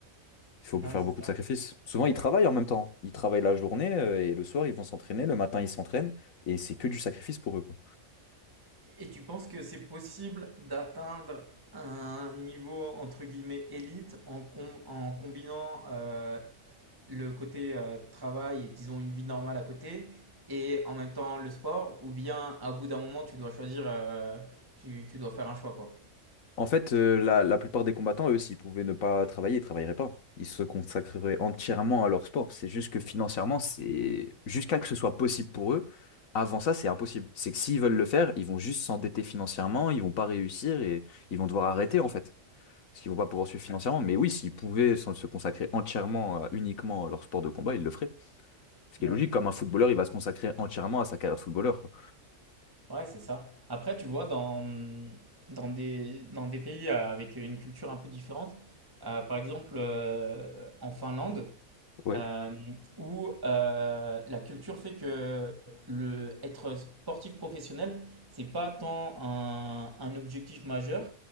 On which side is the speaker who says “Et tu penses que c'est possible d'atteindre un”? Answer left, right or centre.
Right